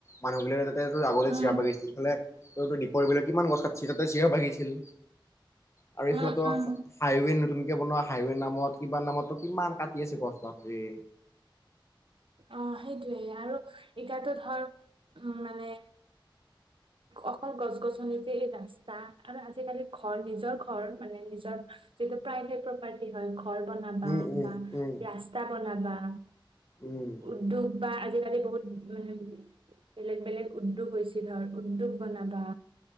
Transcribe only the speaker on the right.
উম
উম
উম
অ সেইটোৱেই আৰু এতিয়াতো ধৰ উম মানে অকল গছ- গছনি যে এই ৰাস্তা আৰু আজিকালি ঘৰ নিজৰ ঘৰ মানে নিজৰ ক্ষেত্ৰত যিহেতু প্ৰায় ক্ষেত্ৰত পাৰ্টি হয়। ঘৰ বনাবা
বা
ৰাস্তা বনাবা
উদ্যোগ বা আজিকালি বহুত উম। বেলেগ বেলেগ উদ্যোগ হৈছে ধৰ উদ্যোগ বনাবা।